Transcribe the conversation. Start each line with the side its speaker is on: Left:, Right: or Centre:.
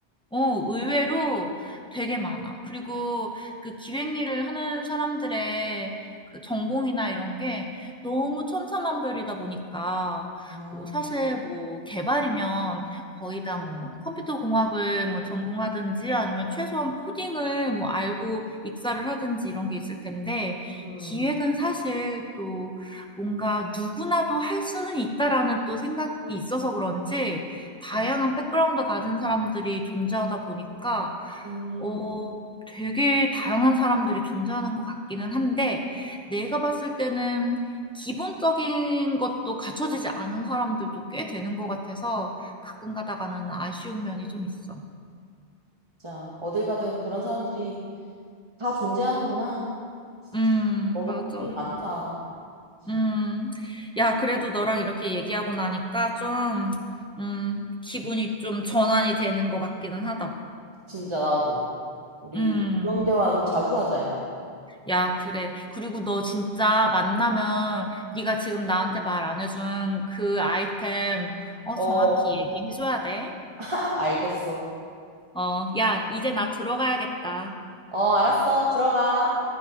Centre: 어, 의외로 되게 많아. 그리고 그 기획 일을 하는 사람들의 그 전공이나 이런 게 너무 천차만별이다 보니까
Right: 아.
Centre: 뭐 사실 뭐 개발이면 거의 다 뭐 컴퓨터 공학을 뭐 전공하든지 아니면 최소한 코딩을 뭐 알고 입사를 하든지 이런 게 있을 텐데
Right: 음,
Centre: 기획은 사실 또 뭔가 누구나도 할 수는 있다라는 또 생각이 있어서 그런지 다양한
Right: 음,
Centre: 백그라운드 가진 사람들이 존재하다 보니까
Right: 음,
Centre: 어 되게 다양한 사람들이 존재하는 것 같기는 한데 내가 봤을 때는 기본적인 것도 갖춰지지 않은 사람들도 꽤 되는 것 같아서 가끔 가다가는 아쉬운 면이 좀 있어.
Right: 진짜 어딜 가든 그런 사람들이 다 존재하는구나. 진짜
Centre: 음,
Right: 너도
Centre: 맞아.
Right: 고생이 많다. 진,
Centre: 음. 야, 그래도 너랑 이렇게 얘기하고 나니까 좀, 음, 기분이 좀 전환이 되는 것 같기는 하다.
Right: 진짜 나도 우리
Centre: 음.
Right: 이런 대화 좀 자주 하자야.
Centre: 야, 그래. 그리고 너 진짜 만나면 네가 지금 나한테 말 안 해준 그 아이템 어
Right: 어,
Centre: 정확히 얘기해줘야 돼.
Right: <laughs> 알겠어.
Centre: 어, 야, 이제 나 들어가야겠다.
Right: 어, 알았어. 들어가.